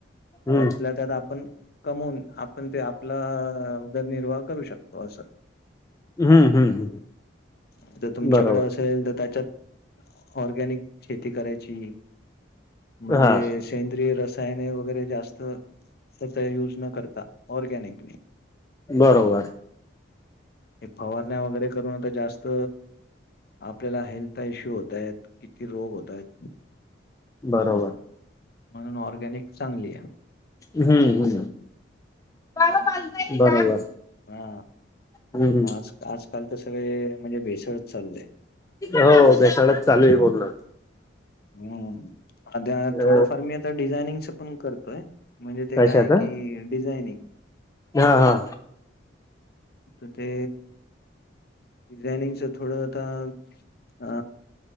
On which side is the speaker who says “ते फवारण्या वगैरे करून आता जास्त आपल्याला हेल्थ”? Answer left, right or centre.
Left